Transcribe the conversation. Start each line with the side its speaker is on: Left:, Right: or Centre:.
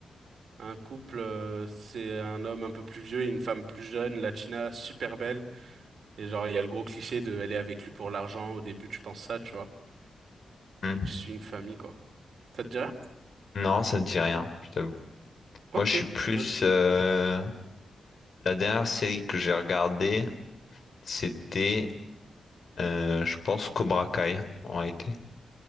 Right: Un couple, euh, c'est un homme un peu plus vieux et une femme plus jeune, latina, super belle. Et genre, il y a le gros cliché de elle est avec lui pour l'argent. Au début, tu penses ça, tu vois.
Left: Hmm.
Right: Et tu suis une famille, quoi. Ça te dit rien?
Left: Non, ça ne dit rien, je t'avoue.
Right: Ok.
Left: Moi, je suis plus...
Right: Ouais.
Left: euh, La dernière série que j'ai regardée, c'était, euh, je pense, Cobra Kai, en réalité.